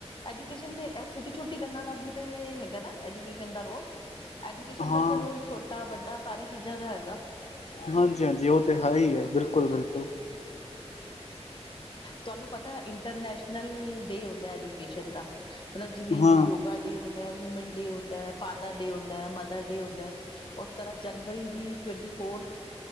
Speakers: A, on the left; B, on the left.
A: ਐਜੂਕੇਸ਼ਨ, ਤੇ ਛੋਟੀ ਛੋਟੀ ਗੱਲਾਂ ਦਾ ਵੀ ਹੈਗਾ ਨਾ, ਐਜੂਕੇਸ਼ਨ ਦਾ, ਰੋਲ ਐਜੂਕੇਸ਼, ਨ
B: ਹਾਂ
A: ਦਾ ਤਾਂ ਰੋਲ ਛੋਟਾ ਵੱਡਾ ਸਾਰੀ ਚੀਜ਼ਾਂ ਦਾ ਹੈਗਾ
B: ਹਾਂਜੀ- ਹਾਂਜੀ ਉਹ ਤੇ ਹੈ, ਹੀ ਹੈ ਬਿਲਕੁਲ ਬਿਲਕੁਲ
A: ਤੁਹਾਨੂੰ ਪਤਾ, ਇੰਟਰਨੈਸ਼ਨਲ ਡੇ, ਹੁੰਦਾ ਐਜੂਕੇਸ਼ਨ ਦਾ ਮਤਲਬ ਜਿਵੇਂ,
B: ਹਾਂ
A: ਯੋਗਾ ਡੇ ਹੁੰਦਾ, ਵੂਮੈਨ ਡੇ ਹੁੰਦਾ, ਹੈ ਫਾਦਰ ਡੇ, ਹੁੰਦਾ ਹੈ ਮਦਰ ਡੇ, ਹੁੰਦਾ ਉਹ ਤਰ੍ਹਾਂ ਜਨਵਰੀ ਦੀ, ਟਵੰਟੀ ਫੋਰਥ